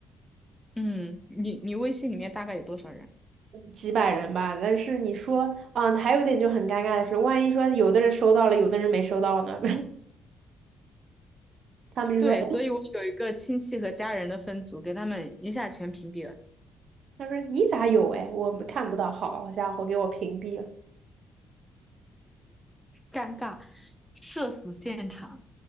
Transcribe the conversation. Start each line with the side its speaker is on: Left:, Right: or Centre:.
Centre: 嗯，你你微信里面大概有多少人？
Right: 几百人吧。但是你说啊，还有一点就很尴尬的是，万一说有的人收到了，有的人没收到呢？<laughs> 他们就说。
Centre: 对，
Right: 哎
Centre: 所以我有一个亲戚和家人的分组，给他们一下全屏蔽了，
Right: 他说你咋有哎，我们看不到，好家伙，给我屏蔽了。
Centre: 尴尬。社死现场。